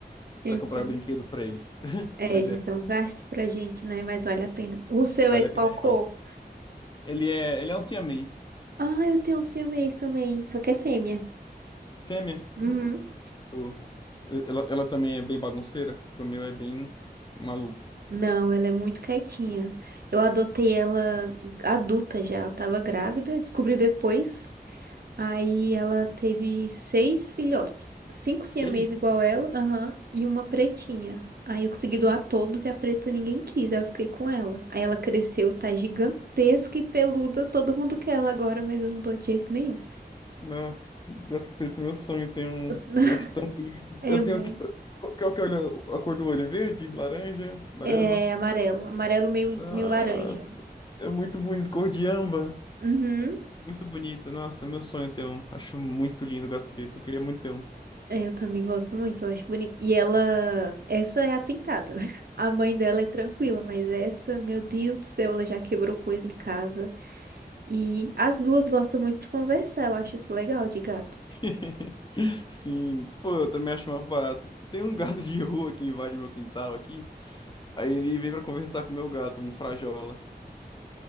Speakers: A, on the right (about 65°); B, on the left (about 25°).
A: Entendo.
B: para comprar brinquedos para eles. <laughs>
A: É,
B: Mas
A: eles
B: é, fo-
A: dão gasto pra gente, né? Mas vale a pena. O seu
B: vale
A: é qual
B: a pena demais.
A: cor?
B: Ele é, ele é um siamês.
A: Ah, eu tenho um siamês também, só que é fêmea.
B: Fêmea.
A: Uhum.
B: O- ela, ela também é bem bagunceira, porque o meu é bem maluco.
A: Não, ela é muito quietinha. Eu adotei ela adulta já, ela tava grávida, descobri depois. Aí ela teve seis filhotes, cinco siamês
B: Que isso?
A: igual ela, aham, e uma pretinha. Aí eu consegui doar todos e a preta ninguém quis, aí eu fiquei com ela. Aí ela cresceu, tá gigantesca e peluda, todo mundo quer ela agora, mas eu não dou de jeito nenhum.
B: Nossa, gato preto, meu sonho tem um
A: <laughs>
B: um gato tão bonito.
A: É
B: Eu
A: muito,
B: tenho que. Qual que é o que olha- a cor do olho? Verde, laranja, amarelo?
A: é amarelo, amarelo meio,
B: Nossa,
A: meio laranja.
B: é muito bonito, cor de âmbar.
A: Uhum.
B: Muito bonito, nossa, é meu sonho ter um. Acho muito lindo o gato preto, eu queria muito ter um.
A: É, Eu também gosto muito, eu acho bonito. E ela, essa é atentada. <laughs> A mãe dela é tranquila, mas essa, meu Deus do céu, ela já quebrou coisa em casa. E as duas gostam muito de conversar, eu acho isso legal de gato.
B: <laughs> Sim, pô, eu também acho mal barato. Tem um gato de rua que invade meu quintal aqui, aí ele vem pra conversar com o meu gato, um frajola.